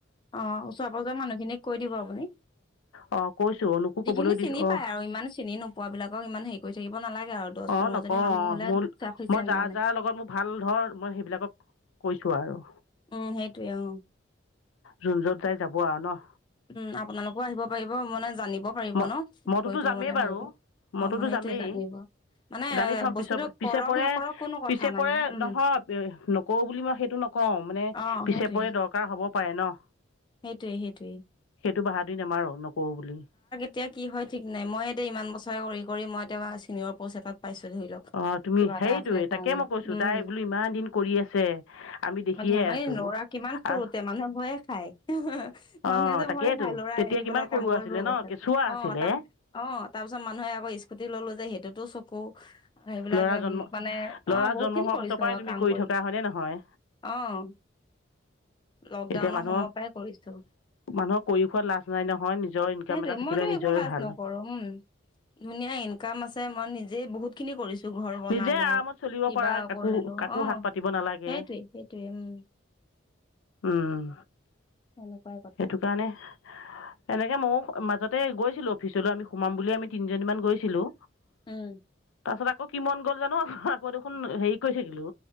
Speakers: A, on the left (about 25°); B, on the left (about 80°).
A: অ'! ওচৰ পাজৰে মানুহখিনিক কৈ দিব আপুনি।
B: অঁ কৈছোঁ অনুকো ক'বলৈ
A: যিখিনি
B: দিছ
A: চিনি
B: অঁ
A: পায় আৰু ইমান চিনি নোপোৱা বিলাকক ইমান হেৰি কৰি থাকিব নালাগে আৰু। দহ
B: অ'!
A: পোন্ধৰজনী
B: নকওঁ।
A: মানুহ হ'লে
B: মোৰ
A: চাফিচিয়েণ্ট
B: মই যা
A: মানে
B: যাৰ লগত মোৰ ভাল ধৰ মই সেইবিলাকক কৈছোঁ আৰু।
A: উম, সেইটোয়ে অ',
B: জোন য'ত যাই যাব আৰু ন'।
A: উম, আপোনালোকো আহিব পাৰিব। মানে জানিব পাৰিব
B: ম
A: ন
B: মইটোতো
A: বিষয়টো
B: যামেই
A: মানে
B: বাৰু
A: ভালকে
B: মইটোতো
A: অ', সেইটোয়ে
B: যামেই।
A: জানিব মানে
B: জানি থম
A: বস্তুটো
B: পি পিছে
A: কৰক
B: পৰে,
A: নকৰক কোনো কথা
B: পিছে
A: নাই
B: পৰে
A: উম,
B: নহয়, নকওঁ বুলি মই সেইটো নক কওঁ মানে
A: অ',
B: পিছে
A: সেইটোয়ে
B: পৰে দৰকাৰ হ'ব পাৰে ন'।
A: সেইটোয়ে সেইটোয়ে
B: সেই এইটো বাহাদুৰি নামাৰোঁ নকৰোঁ বুলি।
A: এতিয়া কি হয় ঠিক নাই। মই এতিয়া ইমান বছৰে কৰি কৰি মই এতিয়া চিনিয়ৰ পচ এটাত পাইছো ধৰি লওক।
B: অঁ তুমি
A: কিবা
B: সেইটোৱে
A: এটা আছে কাৰণে,
B: তাকে মই কৈছোঁ
A: উম!
B: তাই বোলো ইমান দিন কৰি আছে আমি দেখিয়ে
A: ধেমালি
B: আছোঁ
A: ল'ৰা কিমান সৰুতে মানুহে ভয়ে খায়।
B: অ
A: মানুহে যে
B: তাকেইতো
A: ভয় তাই ল'ৰা
B: তেতিয়া
A: এৰি
B: কিমান
A: পেলাই
B: সৰু
A: কাম কৰিব
B: আছিলে ন
A: গৈছে। অ'!
B: কেঁচুৱা আছিলে
A: তাৰপিছত অ'! তাৰ পিছত মানুহে আকৌ স্কুটি ললোঁ যে, সেইটোতো চকু। -কু। সেইবিলাকে
B: ল'ৰা জন্ম
A: মানে, অ'!
B: ল'ৰা
A: বহুতখিনি
B: জন্ম হোৱাৰ
A: কৰিছোঁ।
B: পাছৰ পৰাই
A: অ'!
B: তুমি
A: কাম কৰি
B: থকা হয়নে নহয়
A: অ'! লকডাউনৰ
B: এতিয়া মানুহৰ
A: সময়ৰ পৰাই কৰিছোঁ।
B: মানুহৰ কৰি খোৱাত লাজ নাই নহয় নিজৰ ইনকাম
A: সেইটোৱে
B: এটা থাকিলে
A: মইতো
B: নিজৰে
A: একো লাজ
B: ভাল
A: নকৰোঁ। উম, ধুনীয়া ইনকাম আছে। মই নিজেই বহুত খিনি কৰিছোঁ। ঘৰ বনালোঁ,
B: নিজে আৰামত চলিব
A: কিবা
B: পৰা কাকো
A: কৰিলোঁ,
B: কাকো
A: অ'!
B: হাত পাতিব নালাগে
A: সেইটোৱে সেইটোৱে। উম!
B: উম।
A: সেনেকুৱাই কথা
B: সেইটো কাৰণে, এনেকে মওঁ মাজত তে গৈছিলো অফিচলৈ, আমি সোমাম বুলিয়ে আমি তিনিজনীমান গৈছিলো।
A: উম।
B: তাৰপাছত আকৌ কি মন গ'ল জানো, আকৌ দেখোন হেৰি কৰি থাকিলো।